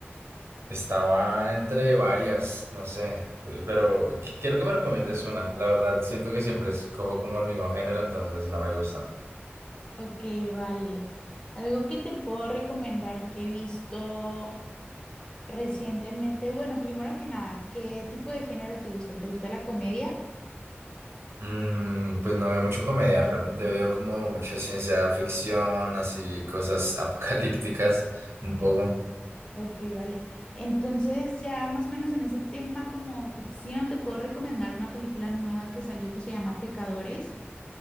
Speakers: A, on the right (about 85°); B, on the left (about 20°).
A: estaba entre varias, no sé, eh, pero qu- quiero que me recomiendes una. La verdad, siento que siempre escojo como el mismo género, entonces no me gusta.
B: Ok, vale. Algo que te puedo recomendar que he visto recientemente, bueno, primero que nada, ¿qué tipo de género te gusta? ¿Te gusta la comedia?
A: Mm, pues no veo mucho comedia, realmente veo como mucha ciencia ficción, así cosas <laughs> apocalípticas, un poco.
B: Ok, vale. Entonces ya más o menos en ese tema como ficción te puedo recomendar una película nueva que salió que se llama Pecadores.